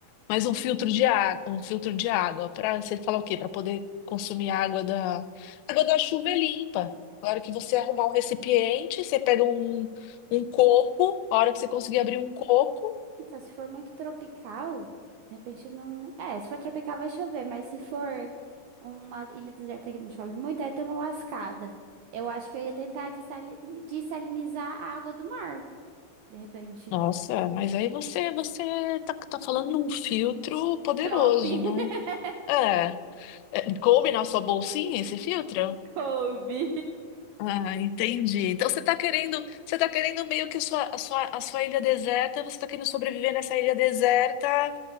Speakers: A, on the left; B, on the right.
A: Mas um filtro de água, um filtro de água para você falar o quê? Para poder consumir água da água da chuva é limpa. Na hora que você arrumar um recipiente, você pega um, um coco. A hora que você conseguir abrir um coco,
B: Então, se for muito tropical, de repente não. É, se for tropical vai chover, mas se for uma ilha deserta que não chove muito, aí tem uma lascada. Eu acho que eu ia tentar dessali- dessalinizar a água do mar, de repente.
A: nossa, mas aí você você tá, tá falando de um filtro poderoso,
B: Top! <laughs>
A: né? É, É, coube na sua bolsinha esse filtro?
B: Kobe.
A: Ah, entendi. Então você está querendo, você tá querendo meio que a sua, a sua, a sua ilha deserta, você está querendo sobreviver nessa ilha deserta